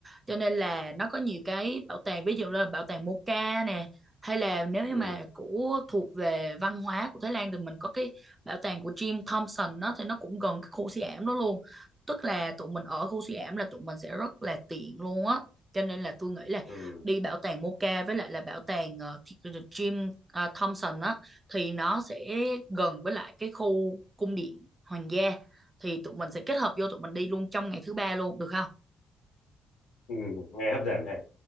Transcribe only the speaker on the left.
ừ
ừ
ừ nghe hấp dẫn này.